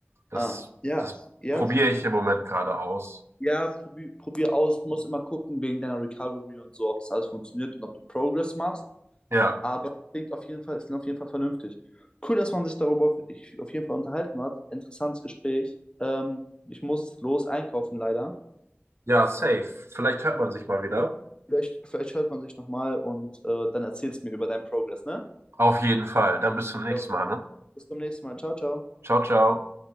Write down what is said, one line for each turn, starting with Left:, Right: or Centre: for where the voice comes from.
Right: Das,
Left: ah, ja,
Right: das
Left: ja.
Right: probiere ich im Moment gerade aus.
Left: Ja, probier, probier aus. Du musst immer gucken wegen deiner Recovery und so, ob das alles funktioniert und ob du Progress machst.
Right: Ja,
Left: Aber klingt auf jeden Fall, es klingt auf jeden Fall vernünftig. Cool, dass man sich darüber auf ich- auf jeden Fall unterhalten hat. Interessantes Gespräch. Ähm, ich muss los einkaufen, leider.
Right: ja, safe. Vielleicht hört man sich mal wieder.
Left: Vielleicht, vielleicht hört man sich nochmal und äh, dann erzählst du mir über deinen Progress, ne?
Right: Auf jeden Fall. Dann bis zum nächsten
Left: Jo,
Right: Mal, ne?
Left: bis zum nächsten Mal. Ciao, ciao.
Right: Ciao, ciao.